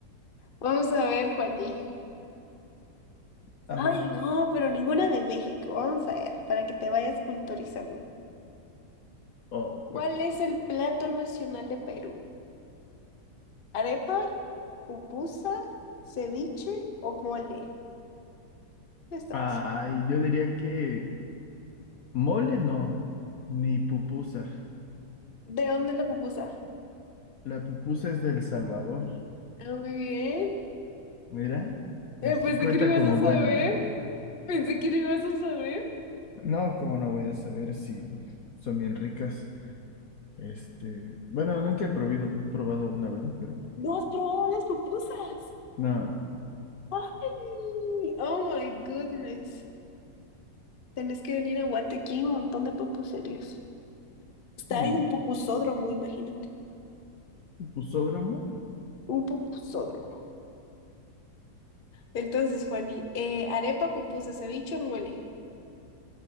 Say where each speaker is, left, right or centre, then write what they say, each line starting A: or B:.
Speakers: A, on the left; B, on the left.
A: Vamos a ver, Juani.
B: A
A: Ay,
B: ver.
A: no, pero ninguna de México. Vamos a ver, para que te vayas culturizando.
B: Oh, bueno.
A: ¿Cuál es el plato nacional de Perú? ¿Arepa, pupusa, ceviche o mole? Está
B: Ay,
A: fácil.
B: yo diría que mole no, ni pupusa.
A: ¿De dónde es la pupusa?
B: La pupusa es del Salvador.
A: Ah, muy bien.
B: Mira, este
A: Eh, pensé
B: cuenta
A: que lo ibas
B: como
A: a saber.
B: buena, ¿no?
A: Pensé que lo ibas a saber.
B: No, como no voy a saber si son bien ricas. Este, bueno, nunca he probado, probado una, ¿verdad? Pero
A: ¿No has probado las pupusas?
B: nada.
A: ¡Ay! Oh my goodness. Tenés que venir a Guate, aquí hay un montón de pupuserías. Está
B: Hmm.
A: ahí un pupusódromo, imagínate.
B: Pusódromo.
A: Un pupusódromo. Entonces, Juani, eh, arepa, pupusa, ceviche, mole.